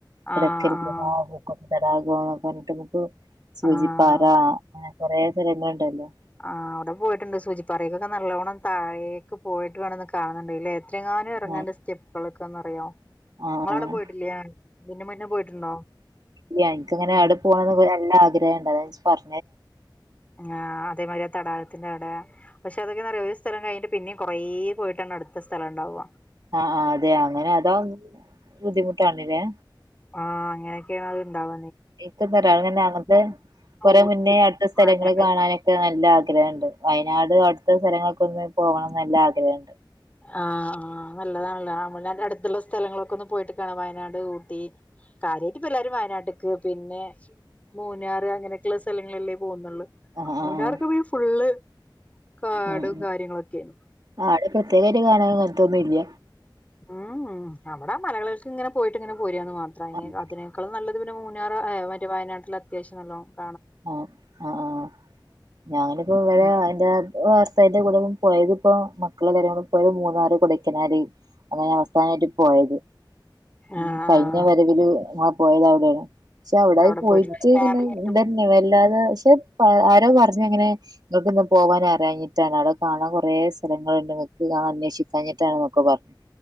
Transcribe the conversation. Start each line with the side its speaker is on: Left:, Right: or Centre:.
Left: ആഹ്
Right: എടക്കൽ ഗുഹ <unintelligible> സ് <unintelligible> ക എന്ന പറഞ്ഞിട്ട് നമുക്ക് സൂചിപ്പാറ
Left: ആഹ് ആഹ്
Right: അങ്ങനെ കൊറേ സ്ഥലങ്ങളുണ്ടല്ലോ
Left: ആ അവിടെ പോയിട്ടുണ്ട് സൂചിപ്പാറയ്ക്കൊക്കെ നല്ലോണ്ണം താഴേക്ക് പോയിട്ട് വേണം കാണുന് ത്രങ്ങാനും ഇറങ്ങേണ്ട
Right: ആഹ്
Left: സ്റ്റെപ്പുകളെക്കെന്ന്റിയോ
Right: ആഹ്
Left: ഇങ്ങളവിടെ പോയിട്ടില്ലേ ഇതിൻ്റെ മുന്നേ പോയിട്ടുണ്ടോ
Right: ഇല്യ ഇൻക്കങ്ങനെ
Left: ഉം
Right: അവ്ടെ പോണതു നല്ല ആഗ്രഹണ്ട് അതാ അതാ <unintelligible> പറ
Left: ആ അതേമാതിരി ആ തടാകത്തിന്റെ അവിടെ. പക്ഷെ അതൊക്കെ ന്നറിയോ ഒരു സ്ഥലം കഴിഞ്ഞിട്ട് പിന്നിം കുറേ പോയിട്ടാണ് അടുത്ത സ്ഥലം ഉണ്ടാവ
Right: ആ ആ അതെയ അങ്ങനെ അതാവുമ്പോൾ ബുദ്ധിമുട്ടാണില്ലേ
Left: ആഹ് അങ്ങനൊക്കെയാണ് അത് ഇണ്ടാവ
Right: ഇൻക് <unintelligible> അന്നെ അങ്ങനത്തെ കൊറെ
Left: ഊട്ടി
Right: മുന്നേ അടുത്ത സ്ഥലങ്ങള്
Left: വയനാട്
Right: കാണാനൊക്കെ നല്ല ആഗ് രഹണ്ട്. വയനാട് അടുത്ത സ്ഥലങ്ങളൊ ക്കൊന്ന് പോകണംന്ന് നല്ല ആഗ്രഹണ്ട്
Left: ആ ആ നല്ലതാണല്ലോ വനവൻ്റെ അടുത്തുള്ള സ്ഥലങ്ങളൊക്കെ ഒന്ന് പോയിട്ട് കാണ് വയനാട് ഊട്ടി കാര്യായിട്ട് ഇപ്പ എല്ലാവാരും വയനാട്ടക്ക് പിന്നെ മൂന്നാറ് അങ്ങനെയൊക്കെയള്ള സ്ഥലങ്ങളല്ലേ പോകുന്നുള്ളൂ
Right: ആഹ്
Left: മൂന്നാർക്കെ
Right: ആഹ് ആഹ്
Left: പോ ഫുള്ള് കാടും
Right: ഉം ഉം
Left: കാര്യങ്ങളൊക്കെയു
Right: ആടെ പ്രത്യേകായിട്ട് കാണാനൻ അങ്ങനത്തൊന്നും ഇല്ല
Left: ഉം ഉം അവിടെ മലകളൾക്ക് ഇങ്ങനെ പോയിട്ട് ഇങ്ങനെ പോയി <unintelligible>
Right: ആഹ്
Left: അതിനേക്കാലും നല്ലത് പിന്നെ മൂന്നാർ മറ്റേ വയനാട്ടില് അത്യാവശ്യം നല്ലണം
Right: ആ ആ ആ ഞാങ്ങനെപ്പോ ഇവിടെ
Left: ഉം
Right: എൻ്റെ <unintelligible> തിന്റെ കൂടെ പോയതി ഇപ്പോ മക്കളെ കരെടെ പോയത് മൂന്നാറ് കൊടക്കനാല് അതെ അവസാനമായിട്ട് പോയത് ഉം
Left: ആഹ് ആഹ്
Right: കഴിഞ്ഞ വരവില് നെ പോയത് അവിടെയാണ് പക്ഷെ അവിടായി
Left: അവിടെ
Right: പോയിട്ട്
Left: പോയിട്ടുണ്ട് ഫാമിലി
Right: ഇങ്ങനെ
Left: ആയിട്ട്
Right: അല്ലാതെ പക്ഷെ ആരോ പറഞ്ഞഞ് അങ്ങനെ നിങ്ങക്ക് ഇന്ന് പോവാനരാഞ്ഞിട്ടാണ് അവിടെ കാണാൻ കുറെ സ്ഥലങ്ങളു അന്വേഷിക്കഞ്ഞിട്ടാെന്നൊക്കെ പറഞ്ഞത്